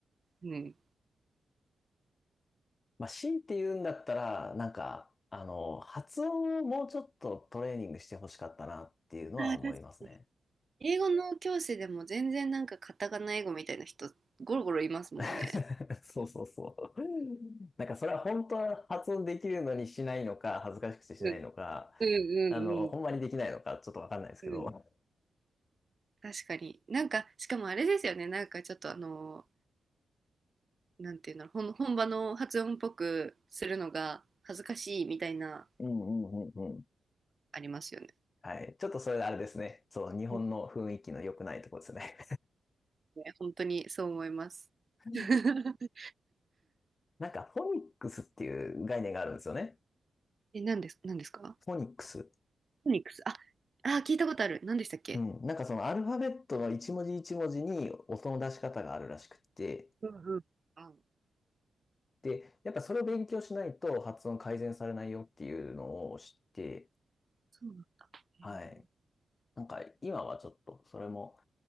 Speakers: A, on the right (about 45°); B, on the left (about 45°).
A: うん、
B: まあ、強いて言うんだったら、なんか、あの、発音をもうちょっとトレーニングしてほしかったなっていうのは思いますね。
A: あー確かに英語の教師でも全然なんかカタカナ英語みたいな人ゴロゴロいますもんね。
B: <laughs> そうそうそう。<laughs> なんかそれは本当は発音できるのにしないのか、恥ずかしくてしないのか、
A: うんうんうん
B: あの、ほんまにできないのか、ちょっとわかんないですけど。
A: うんうん確かに。なんかしかもあれですよねなんかちょっとあのなんていうの本本場の発音っぽくするのが恥ずかしいみたいな
B: うんうんうんうん。
A: ありますよね。
B: はい。ちょっとそれあれですね。そう、日本の雰囲気の良くないところですね。
A: うんね本当にそう思います。
B: <laughs>
A: <laughs>
B: なんか、フォニックスっていう概念があるんですよね。
A: え、なんです、なんですか
B: フォニックス。
A: フォニックス。あ、あ、聞いたことある。何でしたっけ
B: うん。なんかそのアルファベットの一文字一文字に音の出し方があるらしくって、
A: うんうん。あ、
B: で、やっぱそれを勉強しないと発音改善されないよっていうのを知って、
A: そうなんだ。
B: はい。
A: へえ
B: なんか今はちょっとそれも